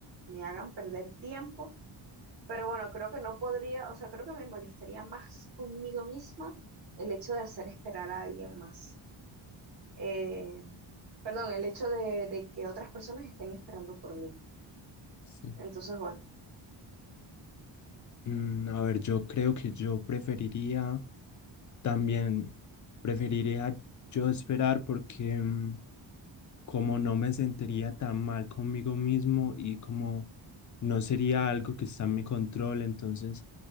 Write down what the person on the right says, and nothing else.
me hagan perder tiempo, Pero bueno, creo que no podría, o sea, creo que me molestaría más conmigo misma el hecho de hacer esperar a alguien más. Eh, perdón, el hecho de, de que otras personas estén esperando por mí.
Entonces, bueno.